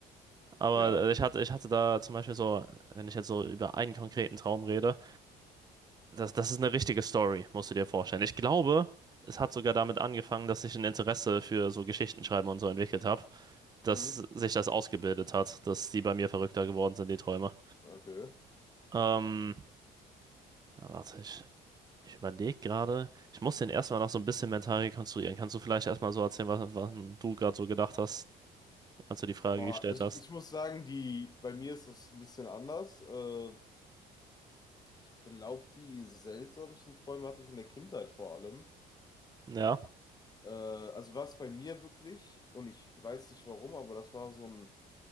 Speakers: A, on the right; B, on the left.
A: Aber
B: Ja.
A: äh, ich hatte, ich hatte da zum Beispiel so, wenn ich jetzt so über einen konkreten Traum rede, Das, das ist eine richtige Story, musst du dir vorstellen. Ich glaube, es hat sogar damit angefangen, dass ich ein Interesse für so Geschichtenschreiben und so entwickelt habe, dass
B: Mhm.
A: sich das ausgebildet hat, dass die bei mir verrückter geworden sind, die Träume.
B: Okay.
A: Ähm, na, warte, ich, ich überlege gerade. Ich muss den erstmal noch so ein bisschen mental rekonstruieren. Kannst du vielleicht erstmal so erzählen, was, was du gerade so gedacht hast, als du die Frage
B: Boah,
A: gestellt
B: also
A: hast?
B: ich muss sagen, die, bei mir ist das ein bisschen anders. Äh, ich glaube, die seltsamsten Träume hatte ich in der Kindheit vor allem.
A: Ja,
B: Äh, also war es bei mir wirklich, und ich weiß nicht warum, aber das war so ein